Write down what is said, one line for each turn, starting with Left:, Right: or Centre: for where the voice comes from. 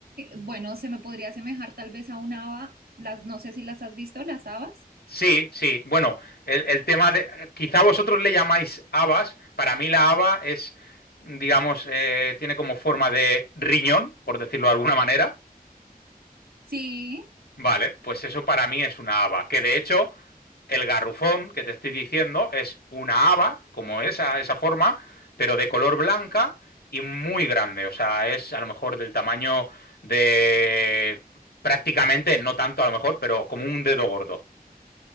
Right: bueno, se me podría asemejar tal vez a una haba, las, no sé si las has visto, las habas.
Left: Sí, sí. Bueno, el, el tema de. Quizá vosotros le llamáis habas. Para mí la haba es, digamos, eh, tiene como forma de riñón, por decirlo de alguna manera.
Right: Sí,
Left: Vale, pues eso para mí es una haba. Que de hecho, el garrufón que te estoy diciendo es una haba, como esa, esa forma, pero de color blanca y muy grande. O sea, es a lo mejor del tamaño de. Prácticamente, no tanto a lo mejor, pero como un dedo gordo.